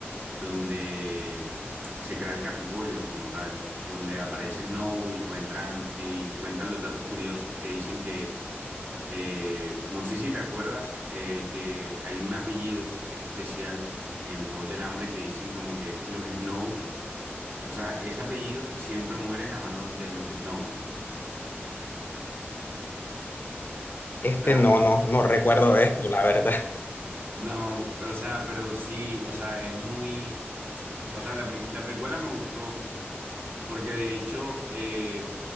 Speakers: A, on the right; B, on the left.
A: donde se crea el Capitolio como tal, donde aparece Snow y, cuentan, y cuentan los datos curiosos que dicen que, eh, no sé si te acuerdas, eh, que hay un apellido que es especial en los Juegos del Hambre que dicen como que los Snow, o sea, ese apellido siempre mueren a manos de los Snow. O
B: Este
A: sea,
B: no, no, no recuerdo esto, la verdad. <laughs>
A: no, o sea, pero sí, o sea, es muy, o sea, la, prim- la precuela me gustó, Porque de hecho, eh,